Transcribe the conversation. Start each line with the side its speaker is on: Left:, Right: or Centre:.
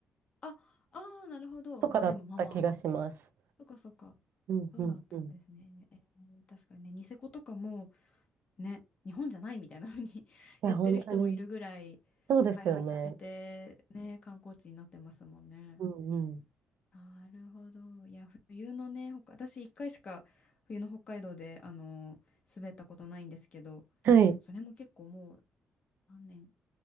Left: あ、ああ、なるほど。
Right: とかだった気がします。
Left: まあでも、まあまあ。そっかそっか。
Right: うんうんうん。
Left: そうだったんですね。
Right: い
Left: えー確かにね、ニセコとかも、ね、日本じゃないみたいな風に <laughs>
Right: や、
Left: 言ってる人もいるぐらい開発されて、
Right: 本当に。そうですよね。
Left: ね、観光地になってますもんね。
Right: うんうん。
Left: なるほど。いや、冬のね、北私一回しか冬の北海道で、あの、滑ったことないんですけど、
Right: はい。
Left: それも結構もう何年、